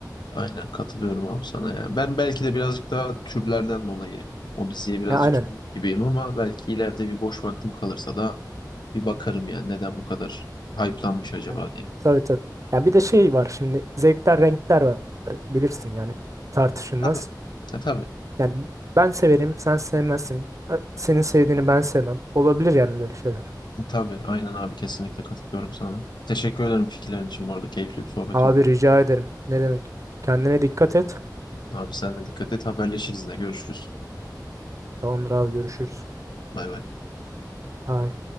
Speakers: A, on the left; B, on the right.
A: Aynen katılıyorum abi sana ya. Ben belki de birazcık daha türlerden dolayı o diziye birazcık
B: Ya aynen.
A: soğuk gibiyim ama belki ileride bir boş vaktim kalırsa da bir bakarım ya neden bu kadar hype'lanmış acaba
B: Ya,
A: diye.
B: Tabii tabii. Ya bir de şey var şimdi zevkler renkler var bilirsin yani tartışılmaz.
A: Tabii. E, tabii.
B: Yani ben severim sen sevmezsin. Ö- Senin sevdiğini ben sevmem. Olabilir yani böyle şeyler.
A: Tabii aynen abi kesinlikle katılıyorum sana. Teşekkür ederim fikirlerin için bu arada keyifli bir sohbet
B: Abi
A: oldu.
B: rica ederim. Ne demek? Kendine dikkat et.
A: Abi sen de dikkat et haberleşiriz yine görüşürüz.
B: Tamamdır abi görüşürüz.
A: Bay bay.
B: Bye.